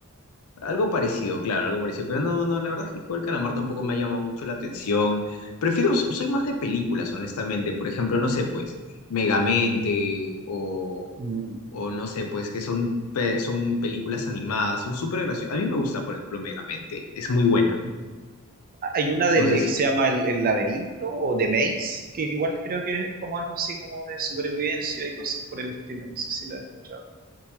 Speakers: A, on the left; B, on the right.
A: Algo parecido, claro, algo parecido. Pero no, no, la verdad es que el juego del calamar tampoco me ha llamado mucho la atención. Prefiero, so- soy más de películas, honestamente. Por ejemplo, no sé, pues, Megamente o,
B: Mm.
A: o no sé, pues, que son, pe- son películas animadas, son súper graciosas. A mí me gusta, por ejemplo, Megamente, es muy buena.
B: mm. Hay una del,
A: No
B: eh,
A: sé
B: que
A: si...
B: se llama El, El Laberinto o The Maze, que igual creo que es como algo así como de supervivencia y cosas por el estilo. No sé si la has escuchado.